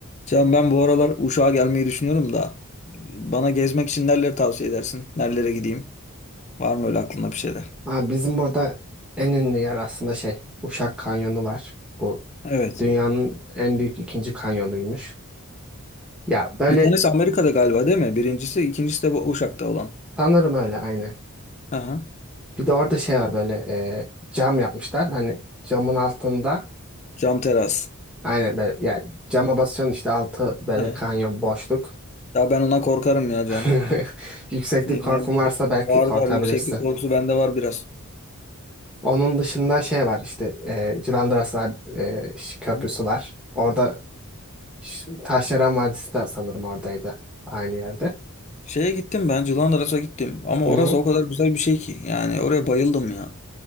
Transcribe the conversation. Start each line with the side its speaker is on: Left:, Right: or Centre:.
Left: Can ben bu aralar Uşak'a gelmeyi düşünüyorum da bana gezmek için nereleri tavsiye edersin? Nerelere gideyim? Var mı öyle aklında bir şeyler?
Centre: Abi bizim burada en ünlü yer aslında şey Uşak Kanyonu var. Bu
Left: Evet.
Centre: dünyanın en büyük ikinci kanyonuymuş. Ya böyle
Left: Bir tanesi Amerika'da galiba değil mi? Birincisi, ikincisi de bu Uşak'ta olan.
Centre: sanırım öyle aynı.
Left: Aha.
Centre: Bir de orada şey var böyle e, cam yapmışlar. Hani camın altında
Left: Cam teras.
Centre: aynen böyle yani cama basıyorsun işte altı böyle
Left: Aha.
Centre: kanyon boşluk.
Left: Ya ben ona korkarım ya Can.
Centre: <laughs> Yükseklik
Left: Bilmiyorum
Centre: korkun
Left: ki.
Centre: varsa belki
Left: Var
Centre: korkabilirsin.
Left: var yükseklik korkusu bende var biraz.
Centre: Onun dışında şey var işte e, Cilandras var, e, ş- köprüsü
Left: Hı.
Centre: var. Orada Şu Taşdelen Vadisi de sanırım oradaydı. Aynı yerde.
Left: Şeye gittim ben Cilandras'a gittim ama
Centre: Hı
Left: orası
Centre: hı.
Left: o kadar güzel bir şey ki yani oraya bayıldım ya.